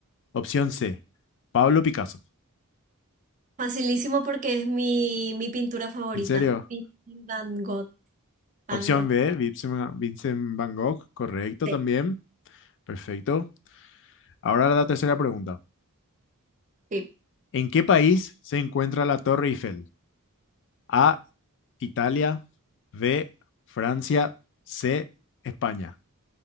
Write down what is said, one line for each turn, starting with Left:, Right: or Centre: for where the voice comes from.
Left: Opción C, Pablo Picasso.
Right: Facilísimo porque es mi, mi pintura favorita.
Left: ¿En serio?
Right: Sí. Van Gogh. Van
Left: Opción
Right: Gogh.
Left: B, Vincent Van Vincent Van Gogh, correcto
Right: Sí.
Left: también. Perfecto. Ahora la tercera pregunta.
Right: Sí.
Left: ¿En qué país se encuentra la Torre Eiffel? A, Italia, B, Francia, C, España.